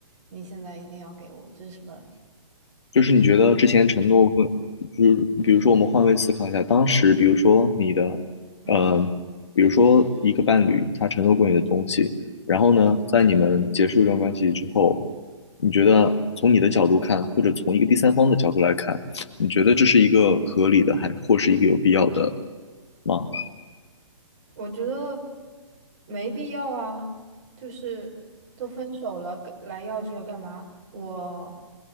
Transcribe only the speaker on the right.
你现在一定要给我，这是什么？
嗯
嗯。
我觉得没必要啊，就是都分手了，跟来要这个干嘛？我